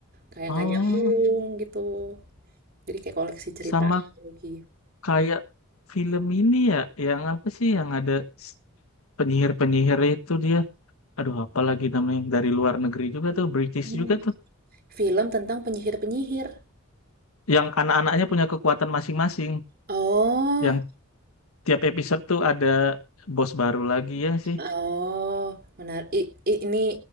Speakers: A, on the right; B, on the left.
A: Kayak
B: Oh,
A: nggak nyambung gitu. Jadi kayak koleksi cerita
B: sama
A: lagi.
B: kayak film ini ya, yang apa sih yang ada penyihir-penyihir itu dia aduh apa lagi namanya yang dari luar negeri juga tuh British
A: Hmm.
B: juga tuh
A: Film tentang penyihir-penyihir.
B: yang anak-anaknya punya kekuatan masing-masing
A: Oh,
B: yang tiap episode tuh ada bos baru lagi ya sih
A: oh, menarik. I- i- ini